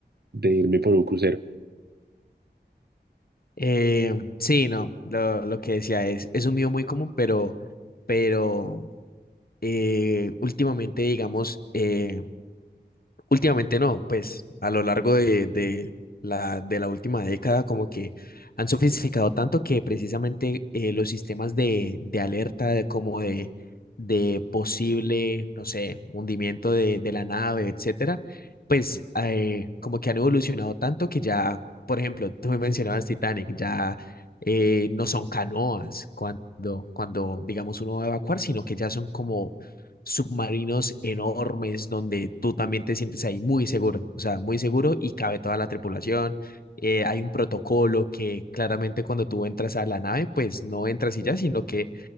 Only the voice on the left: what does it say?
Eh, sí, no, lo, lo que decía es, es un miedo muy común, pero, pero eh, últimamente, digamos, eh, Últimamente no, pues a lo largo de, de la, de la última década como que han sofisticado tanto que precisamente eh, los sistemas de, de alerta de como de, de posible, no sé, hundimiento de, de la nave, etcétera, pues eh, como que han evolucionado tanto que ya, por ejemplo, tú me mencionabas Titanic, ya eh, no son canoas cuando, cuando digamos uno va a evacuar, sino que ya son como submarinos enormes donde tú también te sientes ahí muy seguro, o sea, muy seguro y cabe toda la tripulación. Eh, hay un protocolo que claramente cuando tú entras a la nave, pues no entras y ya, sino que